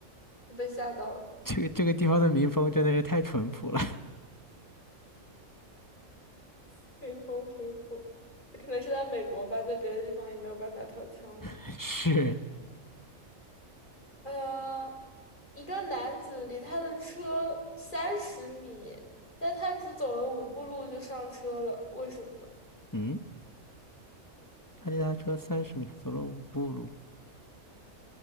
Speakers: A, on the left (about 35°); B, on the left (about 15°).
A: 就被吓到了。
B: 这个这个地方的民风真的是太淳朴了。
A: <laughs> 冰封城府，可能是在美国吧，在别的地方也没有办法掏枪了。
B: <laughs> 是，
A: 呃，一个男子离他的车三十米，但他只走了五步路就上车了，为什么？
B: 嗯，他离他车三十米，走了五步路。